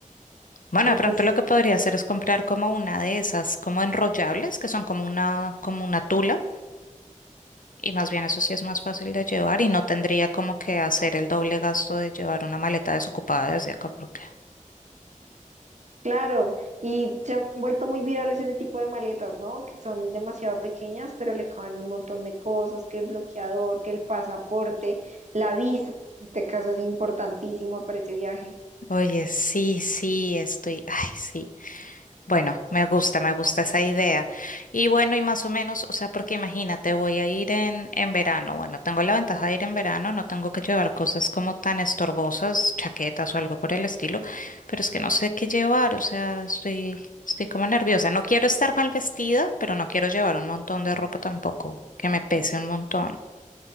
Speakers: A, on the left; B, on the right.
A: Bueno,
B: y
A: de pronto
B: pues
A: lo que podría hacer es comprar como una de esas, como enrollables, que son como una, como una tula, y más bien eso sí es más fácil de llevar y no tendría como que hacer el doble gasto de llevar una maleta desocupada desde acá, porque...
B: Claro, y se han vuelto muy virales ese tipo de maletas, ¿no? Que son demasiado pequeñas, pero le caben un montón de cosas, que el bloqueador, que el pasaporte, la visa, en este caso es importantísima para ese viaje.
A: Oye, sí, sí, estoy, ay, sí. Bueno, me gusta, me gusta esa idea. Y bueno, y más o menos, o sea, porque imagínate, voy a ir en, en verano. Bueno, tengo la ventaja de ir en verano, no tengo que llevar cosas como tan estorbosas, chaquetas o algo por el estilo, pero es que no sé qué llevar, o sea, estoy, estoy como nerviosa. No quiero estar mal vestida, pero no quiero llevar un montón de ropa tampoco, que me pese un montón.